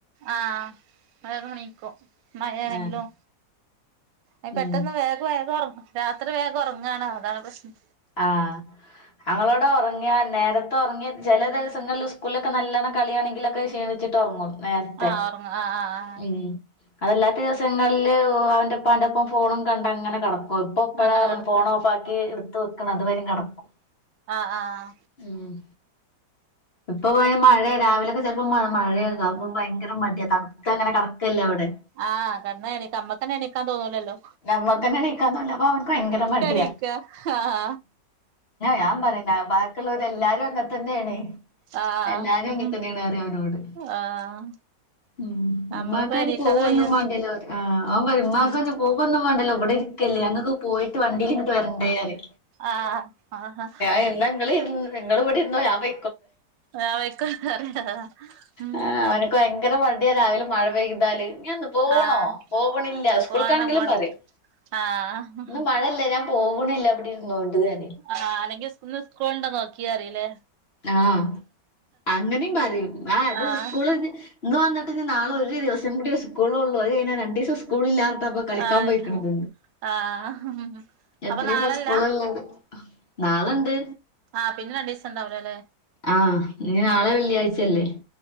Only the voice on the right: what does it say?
ആഹ വേഗം നിക്കും മഴേണെങ്കിലും
അ പെട്ടെന്ന്
വേഗം വേഗം ഉറങ്ങ രാത്രി വേഗം ഉറങ്ങണോ അതാണ് പ്രശ്നം
ആഹ് ഉറങ്ങും ആഹ് ആഹ്
ആഹ് അങ്ങനെ കിടക്കും
ആഹ് ആഹ്
ആഹ് കടന്ന എണിക്ക ഞമ്മക്കന്നെ എണിക്കാൻ തോന്നൂലല്ലോ
നീക്ക ആഹ
ആഹ്
ഉം
ആഹ്
നമ്മളിപ്പോ
എണീക്കാതെ
വയ്യ
ഉം
ആഹ ആഹഹ
ആഹ് <unintelligible> ഉം
ആഹ്
പോണം പോണം
ആഹ്
ആഹ് അല്ലെങ്ക ഇന്ന് സ്കൂളണ്ടോ നോക്കി പരിം ല്ലെ
ആഹ്
ആഹ്
ആഹ്
അപ്പൊ
നാളല്ല
ആഹ് പിന്നെ രണ്ടീസം ഉണ്ടാവൂല ലെ